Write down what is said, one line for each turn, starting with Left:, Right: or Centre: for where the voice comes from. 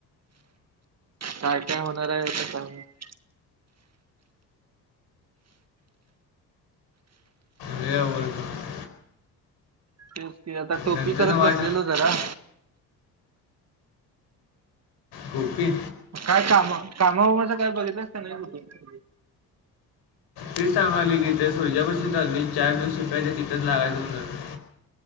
Right: काय काय होणार हाय आता काय माहित?
Left: लई अवघड होणार.
Right: तेच की आता, टोपी
Left: नंतर
Right: करत
Left: ना वाट
Right: बसलेलो जरा
Left: टोपी?
Right: काय काम कामावमाच काय बघितलंस का नाही कुठ?
Left: तेच सांगालोय की, ते सूर्ज्यापशी चाललोय चार दिवस शिकायचे तिंथच लागायंच म्हणून